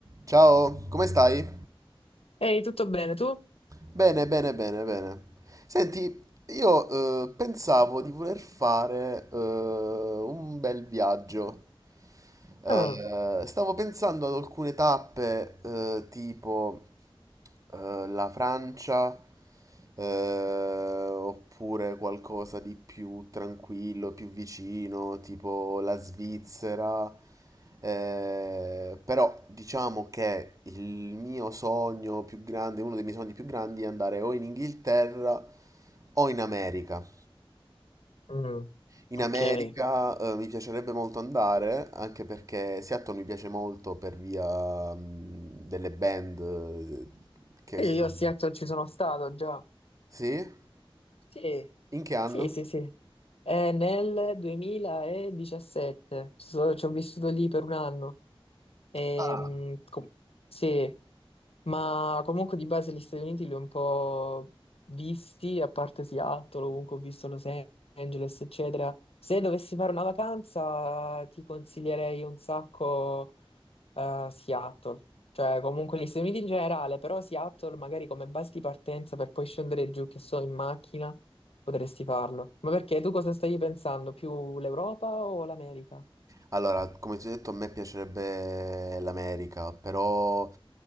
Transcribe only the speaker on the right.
Ciao, come stai?
Bene, bene, bene, bene. Senti, io eh, pensavo di voler fare eh, un bel viaggio. Eh,
stavo pensando ad alcune tappe, eh, tipo eh, la Francia, eh, oppure qualcosa di più tranquillo, più vicino, tipo la Svizzera. Eh, però diciamo che il mio sogno più grande, uno dei miei sogni più grandi è andare o in Inghilterra o in America.
In
America,
eh, mi piacerebbe molto andare, anche perché Seattle mi piace molto per via, mh, delle band eh, che
si sono.
Sì?
In che anno?
Ah.
Allora, come ti ho detto, a me piacerebbe l'America, però